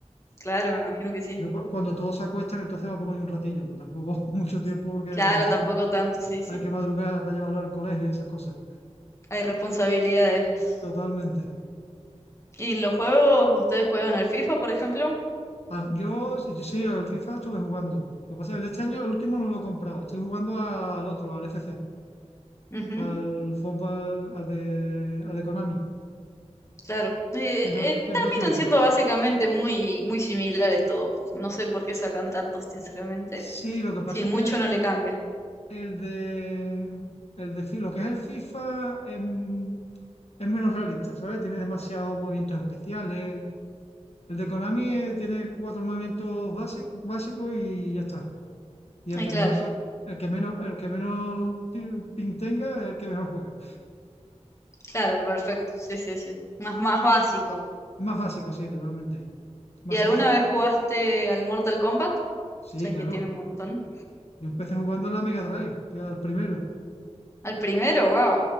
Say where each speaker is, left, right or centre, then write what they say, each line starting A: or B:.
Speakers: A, on the left; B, on the left.
A: claro, me imagino que sí.
B: Yo cu- cuando todos se acuestan, entonces me pongo yo un ratillo, pero tampoco <laughs> mucho tiempo porque
A: Claro,
B: al día siguiente
A: tampoco tanto, sí, sí.
B: hay que madrugar para llevarlo al colegio y esas cosas.
A: Hay responsabilidades.
B: Totalmente.
A: ¿Y en los juegos ustedes juegan al FIFA, por ejemplo?
B: Al- Yo, sí, yo sí, al FIFA estuve jugando. Lo que pasa es que el de este año, el último no lo he comprado. Estoy jugando al otro, al FC,
A: Ujú,
B: al fútbol, al de, al de Konami,
A: claro. Eh,
B: que es, grat-
A: eh,
B: que
A: terminan
B: es gratuito.
A: siendo básicamente muy, muy similares todos. No sé por qué sacan tantos, sinceramente.
B: Sí, lo que pasa
A: Sí, mucho
B: es que el, de-
A: no le cambia.
B: el de, el de, fi- lo que es el FIFA em, es menos realista, ¿sabes? Tiene demasiados movimientos especiales El de Konami eh, tiene cuatro movimientos base- básicos y ya está. Y el
A: Ay,
B: que
A: claro,
B: mejor, con- el que menos, el que menos pin, pin tenga, es el que mejor juega.
A: claro, perfecto. Sí, sí, sí. Más, más básico.
B: Más básico, sí, totalmente. Más
A: ¿Y alguna
B: sencillo.
A: vez jugaste al Mortal Kombat?
B: Sí,
A: Sé
B: claro.
A: que tiene un montón.
B: Yo empecé jugando en la Mega Drive, que era el primero.
A: Al primero, wow.